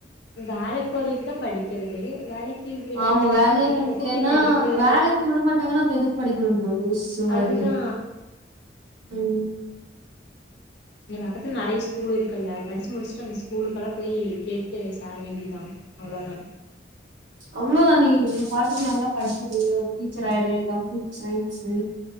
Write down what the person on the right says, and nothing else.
ஆமா
வேலயே
கெடைக்கலன்னா
வேலைக்கு விடமாட்டாங்கன்னா அப்ப எதுக்கு படிக்க விடனு லூஸ்சு மாரி
ம்
அவ்வளோதா நீ உ பாட்டுக்கு நல்லா படிச்சுது ஒரு டீச்சர் ஆயிரு கம்ப்யூட்டர் சயின்ஸு